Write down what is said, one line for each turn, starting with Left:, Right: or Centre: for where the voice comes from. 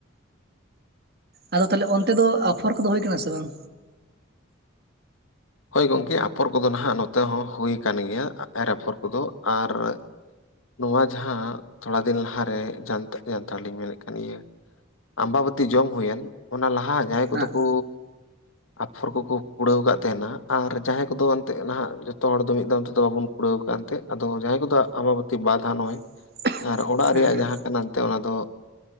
Right: ᱟᱫᱚ ᱛᱟᱦᱚᱞᱮ ᱚᱱᱛᱮ ᱫᱚ ᱟᱯᱷᱚᱨ ᱠᱚᱫᱚ ᱦᱩᱭ ᱠᱟᱱᱟ ᱥᱮ ᱵᱟᱝ?
Left: ᱦᱳᱭ ᱜᱚᱢᱠᱮ ᱟᱯᱷᱚᱨ ᱠᱚᱫᱚ ᱱᱟᱦᱟᱜ ᱱᱚᱛᱮ ᱦᱚᱸ ᱦᱩᱭ ᱟᱠᱟᱱ ᱜᱮᱭᱟ ᱮᱨ ᱟᱯᱷᱚᱨ ᱠᱚᱫᱚ ᱟᱨ ᱱᱚᱣᱟ ᱡᱟᱦᱟᱸ ᱛᱷᱚᱲᱟ ᱫᱤᱱ ᱞᱟᱦᱟᱨᱮᱟᱱ ᱡᱟᱱᱛᱷᱟᱲ ᱞᱤᱧ ᱢᱮᱱᱮᱫ ᱠᱟᱱ ᱤᱭᱟᱹ ᱟᱢᱵᱟ ᱵᱚᱛᱤ ᱡᱚᱢ ᱦᱩᱭᱮᱱ ᱚᱱᱟ ᱞᱟᱦᱟ ᱡᱟᱦᱟᱸᱭ ᱠᱚᱫᱚ
Right: ᱦᱟᱸᱜ
Left: ᱠᱩ ᱟᱯᱷᱚᱨ ᱠᱚᱠᱚ ᱠᱩᱲᱟᱹᱣ ᱠᱟᱜ ᱛᱟᱦᱮᱱᱟ᱾ ᱟᱨ ᱡᱟᱦᱟᱸᱭ ᱠᱚᱫᱚ ᱚᱱᱛᱮ ᱱᱟᱦᱟᱜ ᱡᱚᱛᱚ ᱦᱚᱲ ᱫᱚ ᱢᱤᱫ ᱫᱢ ᱛᱮᱫᱚ ᱵᱟᱵᱚᱱ ᱠᱩᱲᱟᱹᱣ ᱟᱠᱟᱫ ᱮᱱᱛᱮᱜ ᱟᱫᱚ ᱡᱟᱦᱟᱸᱭ ᱠᱚᱫᱚ ᱟᱵᱟ ᱛᱤ ᱵᱟᱫᱷᱟ ᱱᱚᱭ
Right: <unintelligible>
Left: ᱟᱨ ᱚᱲᱟᱜ
Right: ᱦᱮᱸ
Left: ᱨᱮᱭᱟᱜ
Right: ᱦᱮᱸ
Left: ᱡᱟᱦᱟᱸ ᱠᱟᱱᱟ ᱮᱱᱛᱮᱫ ᱚᱱᱟ ᱫᱚ,